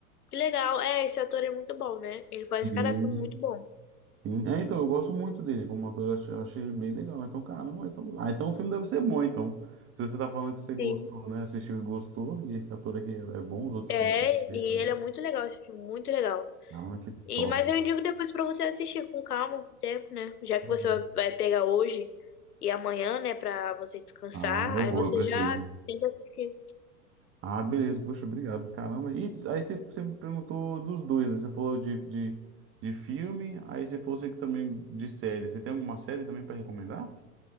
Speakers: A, on the left; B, on the right.
A: que legal. É, esse ator é muito bom, né? Ele faz
B: Sim.
A: cada filme muito bom.
B: Sim. É, então, eu gosto muito dele como ator, eu achei, eu achei ele bem legal. Então, caramba, então, ah, então o filme deve ser bom, então. Se você tá falando que você gostou,
A: Sim.
B: né? Assistiu e gostou, e esse ator aqui é, é bom, os outros
A: É,
B: filmes que ele fez
A: e
B: também.
A: ele é muito legal, esse filme, muito legal.
B: Caramba, que
A: E,
B: top.
A: mas eu indico depois pra você assistir com calma, com tempo, né? Já que
B: Uhum.
A: você vai vai pegar hoje e amanhã, né, pra você descansar,
B: Ah, eu
A: aí
B: vou,
A: você
B: eu preciso.
A: já tem que assistir.
B: Ah, beleza, poxa, obrigado, caramba. E aí você, você me perguntou dos dois, né? Você falou de, de, de filme, aí você falou você que também de série. Você tem alguma série também para recomendar?